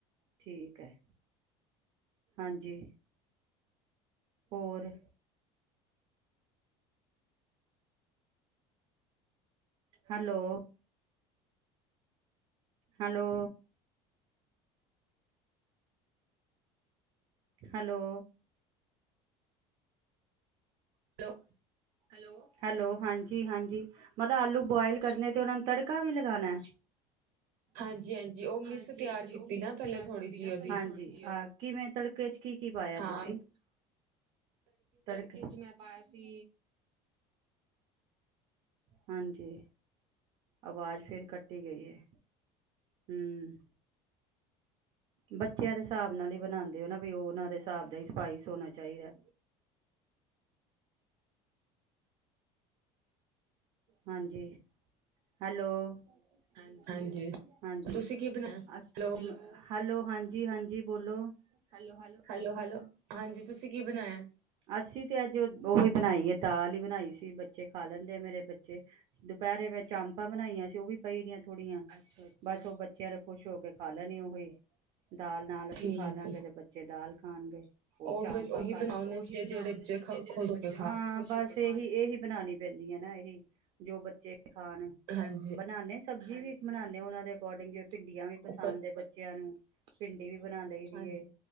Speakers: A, on the right; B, on the right.
A: ਠੀਕ ਹੈ। ਹਾਂਜੀ। ਹੋਰ ਹੈਲੋ। ਹੈਲੋ। ਹੈਲੋ।
B: <unintelligible>
A: ਲੋ ਹੈਲੋ ਹਾਂਜੀ ਹਾਂਜੀ ਮਤਲਬ ਆਲੂ ਬੁਆਇਲ ਕਰਨੇ ਤੇ ਉਹਨਾ ਨੂੰ ਤੜਕਾ ਵੀ ਲਗਾਉਣਾ?
B: ਹਾਂਜੀ ਹਾਂਜੀ ਉਹ ਮਿਸ
A: ਹਾਂਜੀ
B: ਤਿਆਰ
A: ਹਾਂਜੀ
B: ਕੀਤੀ
A: ਉਹ ਮਿਸ
B: ਨਾ ਪਹਿਲੇ
A: ਤਿਆਰ
B: ਥੋੜ੍ਹੀ
A: ਕੀਤੀ
B: ਜਿਹੀ
A: ਨਾ
B: ਉਹਦੀ
A: ਪਹਿਲੇ ਥੋੜ੍ਹੀ ਜੀ ਹਾਂਜੀ ਕਿਵੇਂ ਤੜਕੇ ਚ ਕੀ ਕੀ ਪਾਇਆ
B: ਹਾਂ
A: ਤੁਸੀਂ? ਤੜਕੇ ਚ ਮੈਂ ਪਾਇਆ ਸੀ ਹਾਂਜੀ। ਆਵਾਜ਼ ਫੇਿਰ ਕੱਟੀ ਗਈ ਹੈ ਹਮ। ਬੱਚਿਆਂ ਦੇ ਹਿਸਾਬ ਨਾਲ ਹੀ ਬਣਾਉਦੇ ਹੋ ਨਾ, ਬ ਉਹਨਾਂ ਦੇ ਹਿਸਾਬ ਦਾ ਹੀ ਸਪਾਈਸ ਹੋਣਾ ਚਾਹੀਦਾ। ਹਾਂਜੀ ਹੈਲੋ। ਹਜੀ
B: ਹਾਂਜੀ
A: ਹਾਂਜੀ,
B: ਤੁਸੀਂ ਕੀ ਬਣਾਇਆ
A: ਅ
B: ਹੈਲੋ
A: ਹੈਲੋ ਹਾਂਜੀ ਹਾਂਜੀ। ਬੋਲੋਲ ਹਲੋਹੈਲੋ
B: ਹੈਲੋ ਹੈਲੋ ਹਾਂਜੀ ਤੁਸੀਂ ਕੀ ਬਣਾਇਆ?
A: ਅਸੀਂ ਤੇ ਅੱਜ ਉਹੀ ਬਣਾਈ ਹੈ ਦਾਲ ਹੀ ਬਣਾਈ ਸੀ ਬੱਚੇ ਖਾ ਲੈਂਦੇ ਆ ਮੇਰੇ ਬੱਚੇ। ਦੁਪਹਿਰੇ ਮੈਂ ਚਾਮਪਾਂ ਬਣਾਈਆਂ ਸੀ ਉਹ ਵੀ ਪਈ ਦੀਆਂ ਥੋੜੀਆਂ, ਬਸ ਉਹ ਬੱਚਿਆਂ ਨੇ ਖੁਸ਼ ਹੋ ਕੇ ਖਾ ਲੈਣੀ ਉਹੀ। ਦਾਲ ਨਾਲ ਅਸੀਂ
B: ਠੀਕ
A: ਖਾ ਲਵਗੇ
B: ਏ,
A: ਤੇ ਬੱਚੇ ਦਾਲ ਖਾਣਗੇ।
B: ਉਹੀ
A: ਚ
B: ਉਹੀ ਬਣਾਉਣੇ
A: ਉਓਹੀ
B: ਚ
A: ਬਣਾਓਨੇ
B: ਜਿਹੜੇ ਬੱਚੇ
A: ਚੀਜ਼ ਜਿਹੜੇ
B: ਖੁਸ਼ ਹੋ
A: ਬੱਚੇ
B: ਕੇ
A: ਖਾ ਲੈਣ ਖੁਸ਼ ਹੋ ਕੇ ਹੀ ਇਹੀ ਬਣਾਉਣੀ ਪੈਂਦੀ ਹੈ ਨਾ ਇਹੀ ਜੋ ਬੱਚੇ ਖਾਣ।
B: ਹਾਂਜੀ।
A: ਨਾਲੇ ਸਬਜ਼ੀ ਵੀ ਬਣਾਉਦੇ ਉਹਨਾਂ ਦੇ ਅਕੋਰਡਿੰਗ ਜ ਭਿੰਡੀਆਂ ਵੀ ਪਸੰਦ
B: ਉਹ
A: ਏ ਬੱਚਿਆਂ ਨੂੰ। ਭਿੰਡੀ ਵੀ ਬਣਾ ਲਈ ਦੀ
B: ਹਾਂਜੀ,
A: ਏ।